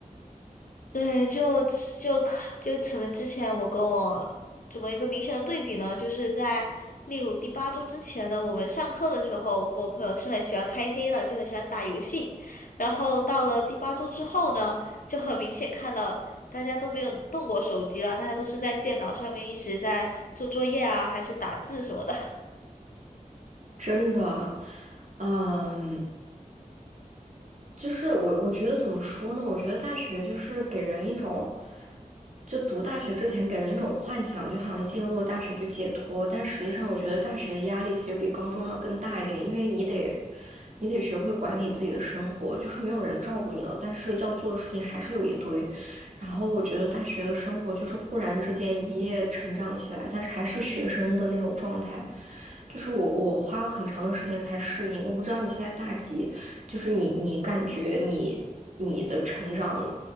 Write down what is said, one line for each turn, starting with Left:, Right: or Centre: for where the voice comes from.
Left: 对，就就就可能之前我跟我怎么一个明显的对比呢？就是在例如第八周之前呢，我们上课的时候，我跟我朋友是很喜欢开黑的，就很喜欢打游戏。然后到了第八周之后呢，就很明显看到大家都没有动过手机了，大家都是在电脑上面一直在做作业啊，还是打字什么的。
Right: <laughs> 真的，嗯。就是我，我觉得怎么说呢？我觉得大学就是给人一种，就读大学之前给人一种幻想，就好像进入了大学就解脱。但实际上，我觉得大学的压力其实比高中要更大一点，因为你得，你得学会管理自己的生活，就是没有人照顾你了，但是要做的事情还是有一堆。然后我觉得大学的生活就是忽然之间一夜成长起来，但是还是学生的那种状态，就是我我花了很长的时间才适应。我不知道你现在大几。就是你你感觉你你的成长